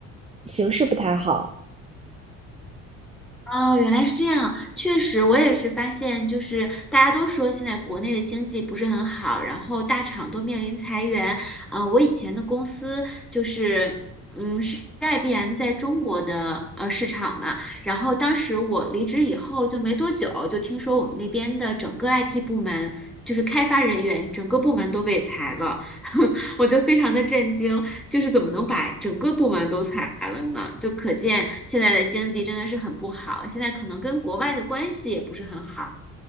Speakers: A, on the right (about 15°); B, in the centre.
A: 形势不太好。
B: 哦，原来是这样。确实，我也是发现，就是大家都说现在国内的经济不是很好，然后大厂都面临裁员。呃，我以前的公司就是，嗯，是 IBM 在中国的呃市场嘛。然后当时我离职以后就没多久，就听说我们那边的整个 IT 部门，就是开发人员整个部门都被裁了，<laughs> 我就非常的震惊。就是怎么能把整个部门都裁了呢？就可见现在的经济真的是很不好，现在可能跟国外的关系也不是很好。